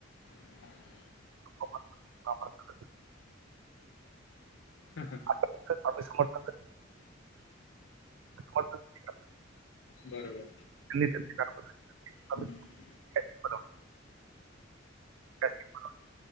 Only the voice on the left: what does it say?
हां
हा हा.
बरोबर.
हम्म.